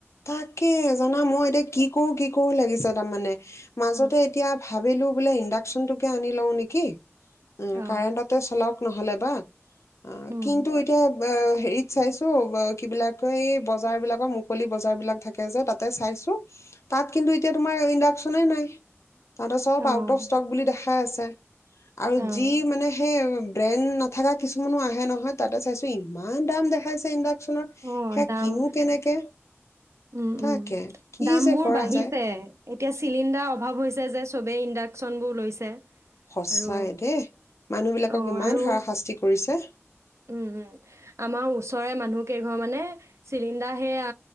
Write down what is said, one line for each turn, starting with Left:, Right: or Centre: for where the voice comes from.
Left: তাকে, জানা মই এতিয়া কি কৰো, কি কৰো লাগিছে তাৰমানে। মাজতে
Right: অ',
Left: এতিয়া ভাবিলো, বোলে ইণ্ডাকচনটোকে আনি লওঁ নিকি। উ'
Right: অ'
Left: কাৰেণ্টতে চলাওঁক। নহ'লে বা, অ',
Right: উম,
Left: কিন্তু এতিয়া অ হেৰিত চাইছো, কিবিলাক ক এই বজাৰ বিলাকৰ মুকলি, বজাৰবিলাক থাকে যে তাতে চাইছো, তাত কিন্তু এতিয়া ইণ্ডাকচনে নাই। তাহাঁতে চব
Right: অ',
Left: আউট অফ ষ্টক বুলি দেখাই আছে। আৰু
Right: অ',
Left: যি মানে সেই ব্ৰেণ্ড, থকা কিছুমানো আহে নহয়, তাতে চাইছো ইমান দাম দেখাইছে ইণ্ডাক
Right: অ',
Left: সেয়া
Right: দাম
Left: কিনো কেনেকে?
Right: উম
Left: তাকে
Right: উম
Left: কি
Right: দাম
Left: যে
Right: বোৰ
Left: কৰা
Right: বাঢ়িছে,
Left: যায়
Right: এতিয়া চিলিণ্ডাৰ অভাৱ হৈছে যে চবেই ইণ্ডাকচন বোৰ লৈছে
Left: সচাই
Right: আৰু
Left: দেই মানুহ বিলাকক
Right: অ',
Left: ইমান
Right: আৰু
Left: হাৰা শাস্তি কৰিছে
Right: উম আমাৰ ওচৰে মানুহ কেইঘৰ মানে চিলিণ্ডাৰ সেয়া